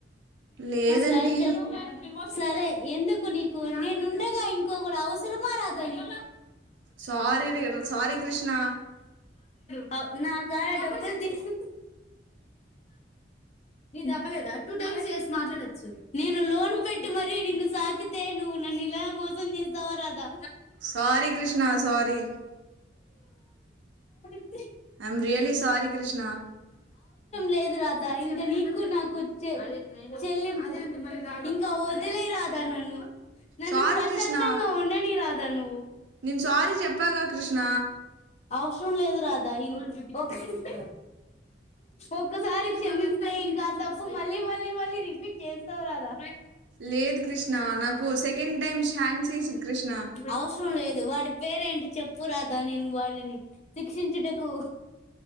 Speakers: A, on the right; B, on the left.
A: లేదండి
B: సరే చెప్ సరే ఎందుకు నీకు నేనుండగా ఇంకోకడు అవసరమా రాదని
A: సారీ సారీ కృష్ణ
B: <inaudible> నా కాడ డబ్బల్ తీసి నీద్ అవ్వలేదా టూ టైమ్స్ చేసి మాట్లాడచ్చు. నేను లోన్ పెట్టి మరి నిన్ను సాకితే నువ్వు నాన్ నన్ను ఇలా మోసం చేస్తావా Radha
A: sorry Krishna sorry
B: <inaudible>
A: I am really sorry Krishna
B: లేద్ అదు రాదా ఇంకా నీకు నాకు చె చెల్లింపు ఇంకా ఓదిలేరాదా నన్ను నన్ను
A: సారీ
B: ప్రశాంతంగా
A: కృష్ణ
B: ఉండనీ రాదా నువ్వు
A: నేను సారీ చెప్పాగా కృష్ణ
B: అవసరం లేదు రాదా ఇ ఒక్క ఒక్కసారి క్షమిస్తే ఇంకా తప్పు మళ్ళీ మళ్ళీ మళ్ళీ రిపీట్ చేస్తావు రాదా.
A: లేదు కృష్ణ నాకు సెకండ్ టైం ఛాన్స్ ఇచ్చి కృష్ణ
B: అవసరం లేదు వాడి పేరేంటి చెప్పు రాదా నేను వాడిని శిక్షించుటకు